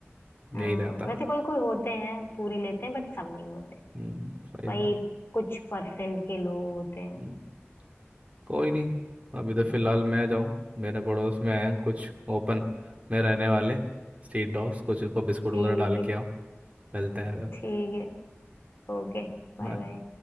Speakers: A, on the left; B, on the right.
A: हाँ
B: यही रहता है
A: वैसे कोई कोई होते हैं पूरी लेते हैं बट सब नहीं होते
B: हम्म, सही
A: वही
B: बात
A: कुछ परसेंट के लोग होते हैं
B: हम्म, कोई नहीं अभी
A: हम्म,
B: तो फिलहाल मैं जाऊँ मेरे पड़ोस में हैं कुछ ओपन में रहने वाले स्ट्रीट डॉग्स कुछ इनको बिस्कुट
A: ठीक
B: वगैरह डाल
A: है
B: के आओ मिलते हैं फिर।
A: ठीक है ओके Bye
B: Bye।
A: bye